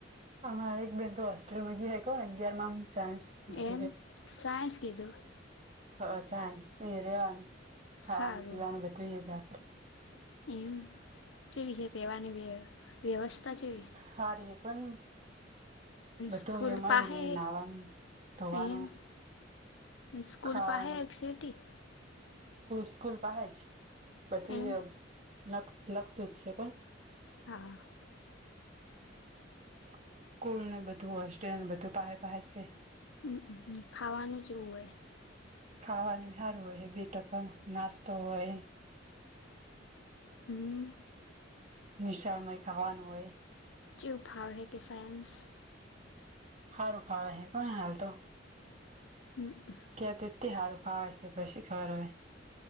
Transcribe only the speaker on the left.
એમ સાયન્સ લીધું
હારું
એમ ચેવી રેવાની વ્ય વ્યવસ્થા જેવી હે?
સ્કૂલ
પાહે
હે એમ સ્કૂલ
પસે એક સિટી?
એમ
હા.
અ અ ખાવાનું ચેવું હોય
હમ્મ.
જે ઉપભાવ હૈ કે સાયન્સ?
હમ્મ.